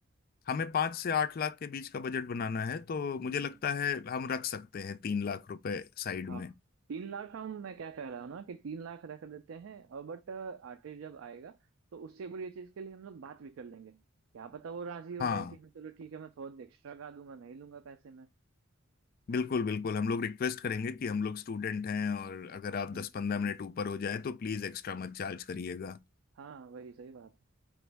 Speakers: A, on the left; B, on the right.
A: हमें पाँच से आठ लाख के बीच का बजट बनाना है तो
B: हम्म
A: मुझे
B: हम्म।
A: लगता है हम रख सकते हैं तीन लाख रुपए साइड
B: हाँ
A: में
B: तीन लाख हम मैं क्या कह रहा हूँ ना कि तीन लाख रख देते हैं और बट आर्टिस्ट जब आएगा तो उससे एक बार ये चीज के लिए हम लोग बात भी कर लेंगे क्या पता वो राजी हो
A: हाँ
B: जाए कि हाँ चलो ठीक है मैं थोड़ा एक्स्ट्रा गा दूंगा नहीं लूंगा पैसे में
A: बिल्कुल बिल्कुल हम लोग रिक्वेस्ट करेंगे कि हम लोग स्टूडेंट हैं और अगर आप
B: हम्म
A: दस
B: हम्म
A: पंद्रह मिनट
B: हम्म।
A: ऊपर हो जाए तो प्लीज एक्स्ट्रा मत चार्ज करिएगा
B: हाँ वही सही बात है